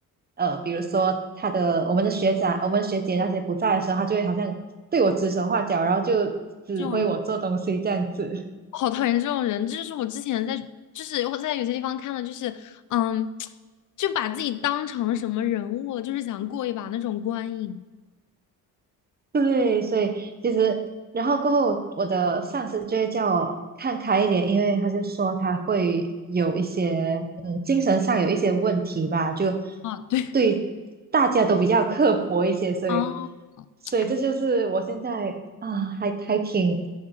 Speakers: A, on the right (about 20°); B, on the left (about 45°).
A: 呃，比如说他的我们的学长、我们的学姐那些不在的时候，他就会好像对我指手画脚，然后就指挥我做东西这样子。
B: 这好讨厌这种人，这就是我之前在，就是我在有些地方看到，就是，嗯，就把自己当成什么人物，就是想过一把那种观影
A: 对，所以其实，然后过后，我的上司就会叫我看开一点，因为他就说他会有一些，嗯，精神上有一些问题吧，就
B: 啊，对，
A: 对大家都比较刻薄一些，所以，
B: 哦 <laughs>，
A: 所以这就是我现在啊，
B: 哎，
A: 还还挺